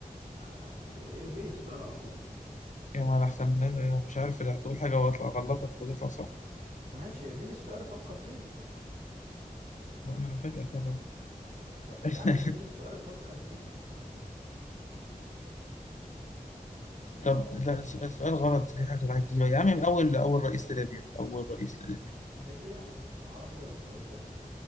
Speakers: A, on the right (about 80°); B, on the left (about 55°).
A: آه، ارمي لي السؤال على طول
B: يا ما أحسن مش عارف لا تقول حاجة وأطلع أغلطك وتطلع صح
A: ماشي ارمي لي السؤال افكر فيه
B: لا ما أنا فجأة بره
A: ما-
B: <laughs>
A: يا عم ارمي لي السؤال افكر فيه <laughs> يا
B: طب
A: الله
B: لا السؤال سؤال غلط في حاجة عجيبة يا عم من أول أول رئيس لليبيا أول رئيس لليبيا
A: ليبيا ما اعرفش غير القذافي